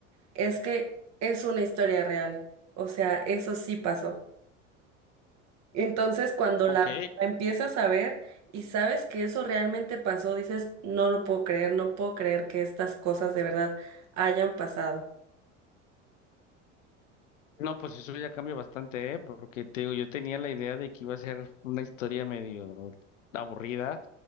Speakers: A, on the right; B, on the left.
A: es que es una historia real, o sea, eso sí pasó. Entonces, cuando
B: Ok.
A: la, la empiezas a ver y sabes que eso realmente pasó, dices, no lo puedo creer, no puedo creer que estas cosas de verdad hayan pasado.
B: No, pues eso ya cambia bastante, ¿eh? Porque te digo, yo tenía la idea de que iba a ser una historia medio aburrida,